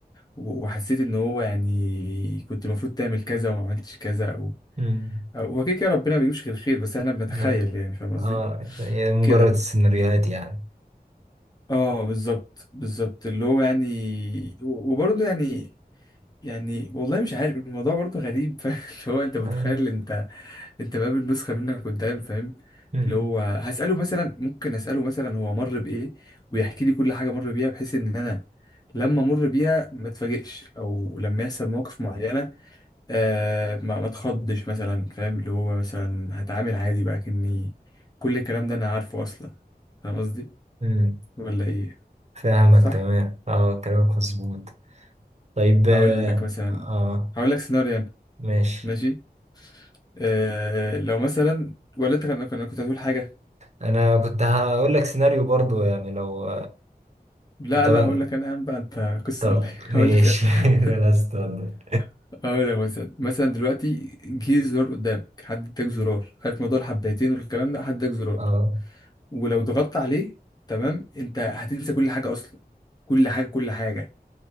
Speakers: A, on the left; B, on the right.
A: و- وحسيت ان هو يعني كنت المفروض تعمل كذا وما عملتش كذا او
B: مم.
A: هو كده كده ربنا ما بيجيبش غير خير بس انا بنتخيل
B: نعم
A: يعني فاهم قصدي
B: اه هي مجرد
A: كده
B: سيناريوهات يعني
A: اه بالظبط بالظبط اللي هو يعني و- وبرضه يعني يعني والله مش عارف الموضوع برضه غريب <laughs> فاهم اللي هو انت
B: آه.
A: متخيل انت انت بقابل نسخة منك قدام فاهم
B: مم.
A: اللي هو هسأله مثلا ممكن أسأله مثلا هو مر بإيه ويحكي لي كل حاجة مر بيها بحيث إن أنا لما أمر بيها ما اتفاجئش أو لما يحصل مواقف معينة آه ما, ما اتخضش مثلا فاهم اللي هو مثلا هتعامل عادي بقى كأني كل الكلام ده أنا عارفه أصلا فاهم قصدي
B: مم.
A: ولا إيه
B: فاهمك
A: صح
B: تمام اه كلامك مظبوط طيب اه
A: هقول لك مثلا
B: آه،
A: هقول لك سيناريو يعني.
B: ماشي
A: ماشي آه لو مثلا ولا انت كان كان- كنت هتقول حاجه
B: انا كنت هقول لك سيناريو برضو يعني لو
A: لا
B: كنت هقول
A: لا هقول
B: لك.
A: لك انا يا عم بقى انت قصه
B: طب
A: ولا ايه <laughs> هقول
B: ماشي
A: لك انا
B: <laughs> لا استنى
A: <laughs> هقول لك مثلا مثلا دلوقتي جه زرار قدامك حد اداك زرار عارف موضوع الحبايتين والكلام ده حد اداك زرار
B: اه
A: ولو ضغطت عليه تمام انت هتنسى كل حاجه اصلا كل حاجه كل حاجه